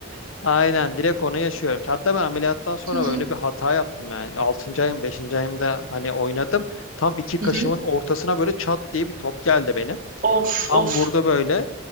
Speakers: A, on the left; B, on the right.
A: Aynen direkt onu yaşıyorum. Hatta ben ameliyattan sonra
B: Hı hı.
A: böyle bir hata yaptım yani. 6. ayım 5. ayımda hani oynadım. Tam iki kaşımın
B: Hı hı.
A: ortasına böyle çat diye bir top geldi benim.
B: Of,
A: Tam
B: of.
A: vurdu böyle.